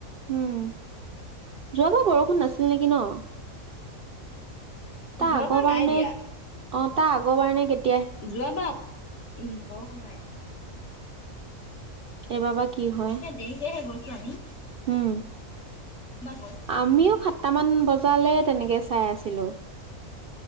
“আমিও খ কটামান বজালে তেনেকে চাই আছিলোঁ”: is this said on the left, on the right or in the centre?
Right